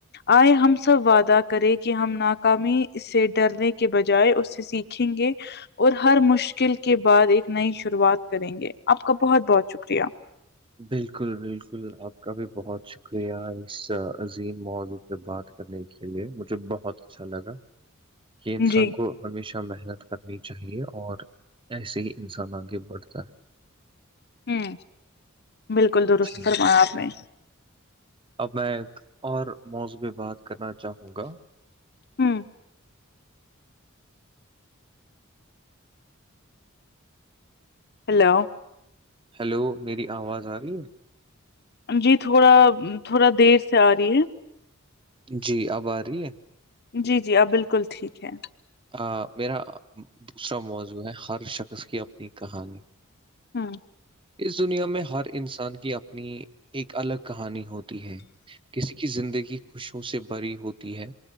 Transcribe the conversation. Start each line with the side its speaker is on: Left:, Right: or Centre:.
Left: آئے ہم سب وعدہ کرے کہ ہم ناکامی اس سے ڈرنے کے بجائے اس سے سیکھ کیں گے اور ہر مشکل کے بعد ایک نئی شروعات کریں گے آپ کا بہت بہت شکریہ
Right: بالکل بالکل آپ کا بھی بہت شکریہ اس عظیم موضوع پہ بات کرنے کے لیے مجھے بہت اچھا لگا کہ انسان
Left: جی
Right: کو ہمیشہ محنت کرنی چاہیے اور ایسے ہی انسان آگے بڑھتا ہے
Left: ہوں بالکل درست
Right: جی
Left: فرمایا آپ نے
Right: اب میں ایک اور موضب بات کرنا چاہوں گا
Left: ہوں ہیلو
Right: ہیلو میری آواز آ رہی ہے
Left: جی تھوڑا تھوڑا دیر سے آ رہی ہے
Right: جی اب آ رہی ہے
Left: جی جی آب بالکل ٹھیک ہے
Right: آ میرا دوسرا موضوع ہے ہر شخص کی اپنی کہانی
Left: ہاں <inaudible>
Right: اس دنیا میں ہر انسان کی اپنی ایک الگ کہانی ہوتی ہے کسی کی زندگی خوشیوں سے بری ہوتی ہے